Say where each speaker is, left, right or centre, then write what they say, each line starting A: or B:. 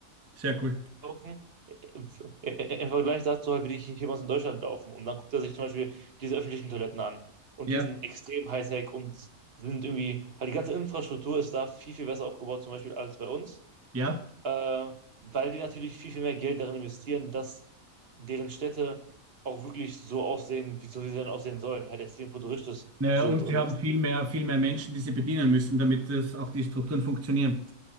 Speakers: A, on the right; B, on the right.
A: Sehr cool.
B: laufen, äh, äh, im Vergleich dazu halt, wie die Ch- hier bei in Deutschland laufen. Und dann guckt er sich zum Beispiel diese öffentlichen Toiletten an. Und
A: Ja,
B: die sind extrem Hightech und sind irgendwie, halt die ganze Infrastruktur ist da viel, viel besser aufgebaut, zum Beispiel als bei uns.
A: ja.
B: Äh, weil die natürlich viel, viel mehr Geld darin investieren, dass deren Städte auch wirklich so aussehen, wie so wie sie dann aussehen sollen, halt extrem futuristisch
A: Naja,
B: sind
A: und
B: und
A: sie
B: das
A: haben viel mehr, viel mehr Menschen, die sie bedienen müssen, damit das auch die Strukturen funktionieren.